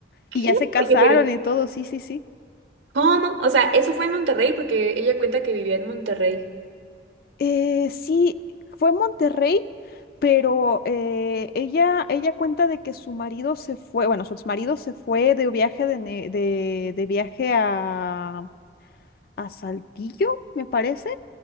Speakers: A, on the right; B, on the left.
A: ¿Qué?
B: Y ya se casaron
A: Oye, pero
B: y todo, sí, sí, sí.
A: ¿cómo? O sea, eso fue en Monterrey porque ella cuenta que vivía en Monterrey.
B: Eh, sí, fue en Monterrey, pero eh, ella, ella cuenta de que su marido se fue, bueno, su exmarido se fue de viaje de, ne- de, de viaje a, a Saltillo, me parece,